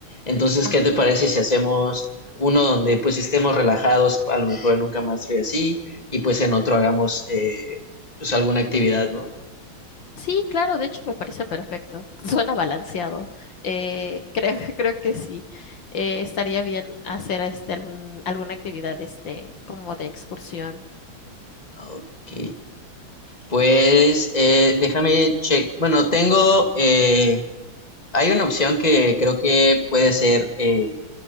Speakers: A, on the left (about 20°); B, on the left (about 65°).
A: Entonces,
B: ajá.
A: ¿qué te parece si hacemos uno donde pues estemos relajados, a lo mejor en un camastro y así, y pues en otro hagamos eh, pues alguna actividad, ¿no?
B: Sí, claro, de hecho me parece perfecto. <laughs> Suena balanceado. Eh, creo, <laughs> creo que sí. Eh, estaría bien hacer este algún, alguna actividad este, como de excursión.
A: Ok, pues eh, déjame check. Bueno, tengo, eh, hay una opción que creo que puede ser... eh,